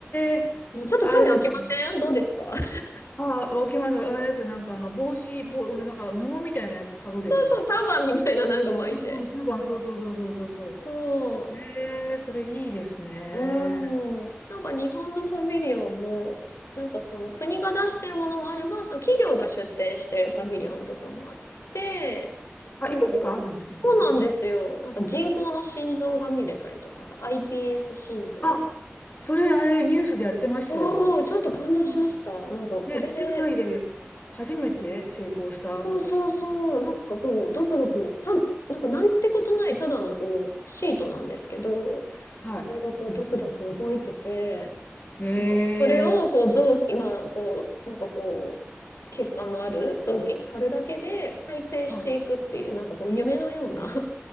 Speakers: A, on the left (about 40°); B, on the left (about 80°).
A: えーあれですね。
B: ね、ちょっと興味湧きませんどうですか <laughs> そう
A: ああ、わかります。あれですよ。なんか、あの、帽子、帽、あのなんか、布みたいなやつかぶるやつですね。
B: そう、ターバンみたいななんか巻いて。
A: うんうん、なんか、そうそうそうそうそうそう。
B: そ
A: ええそれいいですね。
B: う。うん。なんか日本のパビリオンも、なんかその国が出してるものもあれば、その企業が出展してるパビリオンとかもあって、
A: あ、
B: なんかこう、
A: いくつかあるんですね、
B: そうなんですよ。
A: パビリオン。
B: なんか人工の心臓が見れたりとか、
A: うん
B: なんか iPS 心臓
A: あ、それ、あれ、ニュースでやってましたよ。
B: そう、ちょっと感動しました。
A: うん
B: なんかこれで
A: ね、世界で初めて成功したとか言って。
B: そうそうそう、なんかこう、ドクドク、た、なんかなんてことないただのこう、シートなんですけど、
A: は
B: それがこう、ドクドク動いてて、
A: い。
B: なんかそれをこう、
A: ええ
B: 臓器、まあこう、なんかこう、血管のある臓器に貼るだけで再生していくっていう、
A: はい。
B: なんかこう、夢のような。